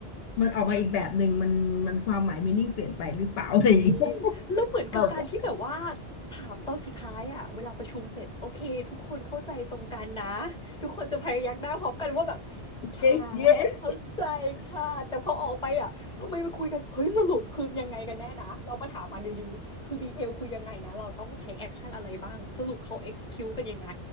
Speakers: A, on the left; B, in the centre.
A: มันออกมาอีกแบบหนึ่งมันมันความหมายมีนิ่งเปลี่ยนไปหรือเปล่าอะไรอย่างเงี้ย
B: จริงแล้วเหมือนกับการที่แบบว่า
A: <laughs> เราก็
B: ถามตอนสุดท้ายอะเวลาประชุมเสร็จโอเคทุกคนเข้าใจตรงกันนะทุกคนจะพยักหน้าพร้อมกันว่าแบบ
A: เ
B: ค่ะ
A: yes
B: เข้าใจค่ะแต่พอออกไปอะทำไมมาคุยกันเฮ้ยสรุปคือยังไงกันแน่นะเรามาถามอันดีๆคือดีเทลคือยังไงนะเราต้อง take action อะไรบ้างสรุปเขา execute กันยังไง